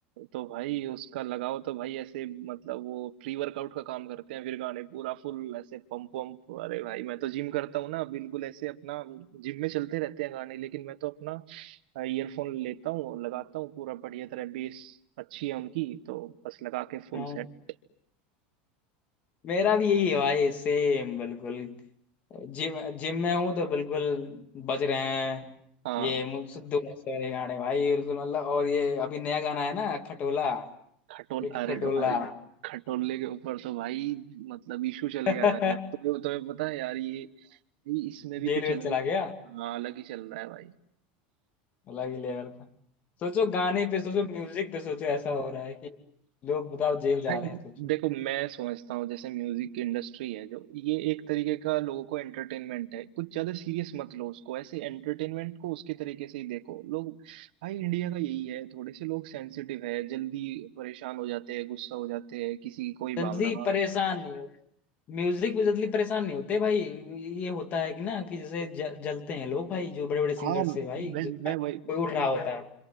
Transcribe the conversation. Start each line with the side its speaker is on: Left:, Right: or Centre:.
Right: तो भाई उसका लगाओ तो भाई ऐसे मतलब वो प्री वर्कआउट का काम करते हैं फिर गाने पूरा फुल ऐसे पंप वंप अरे भाई मैं तो जिम करता हूँ ना बिल्कुल ऐसे अपना जिम में चलते रहते हैं गाने लेकिन मैं तो अपना ईयरफोन लेता हूँ और लगाता हूँ पूरा बढ़िया तरह बेस अच्छी है उनकी तो बस लगा के फुल
Left: हाँ
Right: सेट
Left: मेरा भी यही है भाई सेम बिल्कुल जिम जिम में हूँ तो बिल्कुल बज रहे हैं
Right: हाँ
Left: ये मु- सिद्धू मूसे वाले गाने भाई बिल्कुल मतलब और ये अभी नया गाना है ना खटोला
Right: खटोल
Left: एक
Right: अरे
Left: खटोला
Right: भाई खटोले के ऊपर तो भाई मतलब इशू चल
Left: <laughs>
Right: गया
Left: भाई
Right: था यार तुम्हें तुम्हें पता है यार ये भाई इसमें भी
Left: जेल
Right: कुछ
Left: वेल
Right: अलग
Left: चला
Right: ही
Left: गया
Right: हाँ अलग ही चल रहा है भाई
Left: अलग ही लेवल का सोचो गाने पे सोचो म्यूजिक पे सोचो ऐसा हो रहा है कि लोग बताओ जेल जा
Right: भाई
Left: रहे हैं सोचो
Right: देखो मैं समझता हूँ जैसे म्यूजिक इंडस्ट्री है जो ये एक तरीके का लोगों को एंटरटेनमेंट है कुछ ज्यादा सीरियस मत लो उसको ऐसे एंटरटेनमेंट को उसके तरीके से ही देखो लोग भाई इंडिया का यही है थोड़े से लोग सेंसिटिव है जल्दी परेशान हो जाते हैं गुस्सा हो जाते हैं किसी की कोई
Left: जिंदगी
Right: भावना
Left: परेशान नहीं म्यूजिक में जल्दी परेशान नहीं होते भाई ये होता है कि ना कि जैसे ज, जलते हैं लोग भाई जो बड़े बड़े सिंगर्स
Right: हाँ मैं
Left: से भाई जैसे
Right: मैं
Left: कोई
Right: वही
Left: उठ रहा
Right: मैं
Left: होता है